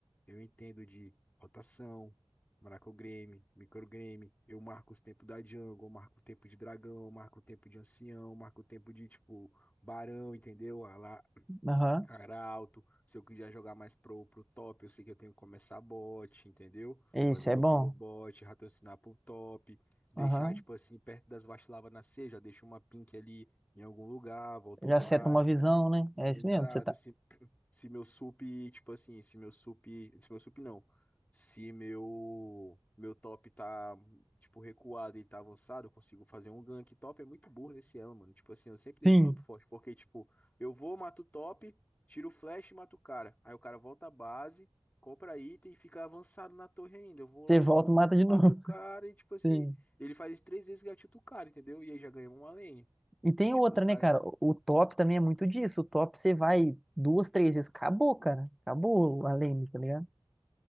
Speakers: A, on the left; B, in the centre.
A: eu entendo de rotação, microgreme, microgreme, eu marco os tempos da jungle, eu marco o tempo de dragão, eu marco o tempo de ancião, eu marco o tempo de, tipo, barão, entendeu? A, la-
B: Aham.
A: Cara alto, se eu quiser jogar mais pro, pro top, eu sei que eu tenho que começar bot, entendeu?
B: Isso,
A: Fazer
B: é
A: meu
B: bom.
A: camo bot, raciocinar pro top, deixar,
B: Aham.
A: tipo assim, perto das vacilavas nascer, já deixo uma pink ali em algum lugar, volto
B: já
A: base,
B: seta uma visão, né?
A: Exato,
B: É isso mesmo, você tá.
A: se, <clears throat> se meu sup, tipo assim, se meu sup, se meu sup não, se meu meu top tá, tipo, recuado e tá avançado, eu consigo fazer um gank. Top é muito burro nesse elo, mano. Tipo assim, eu sempre deixo
B: Sim.
A: top forte, porque, tipo, eu vou, mato o top, tiro o flash e mato o cara. Aí o cara volta à base, compra item e fica avançado na torre ainda. Eu vou
B: Você
A: lá
B: volta
A: de novo,
B: e mata de novo.
A: mato o cara e,
B: <laughs>
A: tipo assim,
B: Sim.
A: ele faz três vezes gatilho o cara, entendeu? E aí já ganhou uma lane.
B: E tem
A: E, tipo,
B: outra,
A: os caras...
B: né, cara? O o top também é muito disso. O top você vai duas, três vezes. Acabou, cara. Acabou a lane, tá ligado?